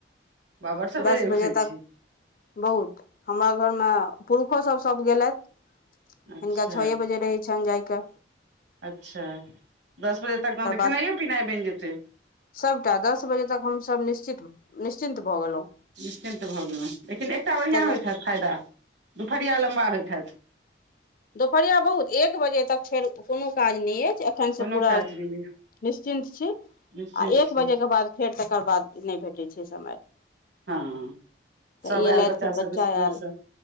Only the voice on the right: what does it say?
बाबर सबेरे
उठै
छी
अच्छा
अच्छा दस बजे तक तन तऽ
खेनाइो पिनाइ बनि जेतै
निश्चिन्त भऽ गेलहुँ लेकिन एकटा बढ़िआँ
होइत छथि फायदा दुपहरिया लम्बा होइत छथि
कोनो
काज नहि य
निश्चिन्त
छी
हँ
सभ
आयल
बच्चासभ
इसकुलसँ